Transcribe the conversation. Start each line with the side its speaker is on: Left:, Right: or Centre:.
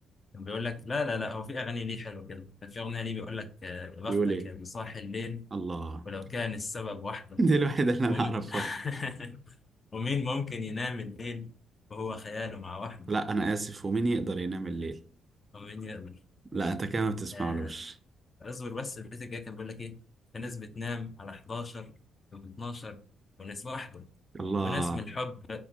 Left: كان بيقول لك لا لا لا هو في اغاني ليه حلوه كده كان في اغنيه ليه بيقول لك آه، يا بختك
Right: بيقول ايه
Left: اللي صاحي الليل
Right: الله
Left: ولو كان السبب وحده
Right: دي الوحيدة اللي
Left: ومين
Right: أنا أعرفها
Left: <laughs> ومين ممكن ينام الليل وهو خياله مع وحده
Right: لا أنا آسف ومين يقدر ينام الليل
Left: ومين يقدر
Right: لا
Left: بص.
Right: أنت كده ما بتسمعلوش
Left: آه اصبر بس البيت الجاي كان بيقول لك ايه في ناس بتنام على 11 و12 وناس وحده
Right: الله
Left: ونسم الحب